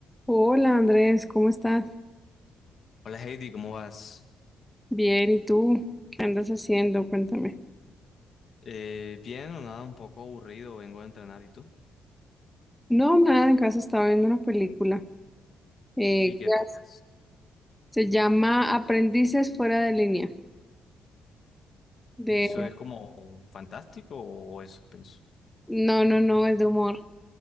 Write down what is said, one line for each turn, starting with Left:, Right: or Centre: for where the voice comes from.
Centre: Hola Andrés, ¿cómo estás?
Left: Hola Heidi, ¿cómo vas?
Centre: Bien, ¿y tú? ¿Qué andas haciendo? Cuéntame.
Left: Eh, bien o nada, un poco aburrido, vengo a entrenar. ¿Y tú?
Centre: No, nada, en casa estaba viendo una película. eh,
Left: Sí,
Centre: que
Left: ¿qué
Centre: as-
Left: haces?
Centre: se llama Aprendices fuera de línea. De...
Left: ¿Y eso es como fantástico o eso pienso?
Centre: No, no, no, es de humor.